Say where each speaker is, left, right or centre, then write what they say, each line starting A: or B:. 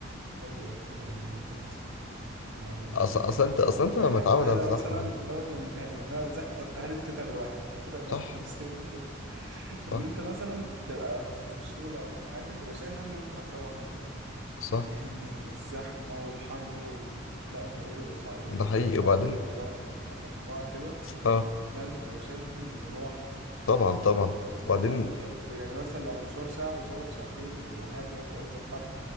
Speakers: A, on the right; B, on the left.
A: هادي اكتر يعني مش بحس ما هو ال-
B: أصلا أصلا أنت أصلا أنت
A: يعني
B: متعود
A: القاهرة
B: على الزحمة
A: مثلا رغم ان يعني أنا زحمة القاهرة دي بتتعب الواحد بتتعب الواحد
B: صح
A: نفسيا بجد
B: صح
A: ان انت مثلا تبقى في في الشغل او في حاجة تبقى شايل هم انت هتروح ازاي
B: صح
A: يعني الزحمة والحر و... لا الموضوع بيبقى صعب
B: ده
A: يعني انت
B: حقيقي
A: مثلا
B: وبعدين
A: لو بتروح الساعة 3 4 كده
B: اه
A: لا انت بتبقى شايل هم المروح
B: طبعا طبعا
A: وان
B: وبعدين
A: انت هتوصل في يعني مثلا لو مشوار ساعة توصله في ساعتين ولا حاجة وفي عز الحر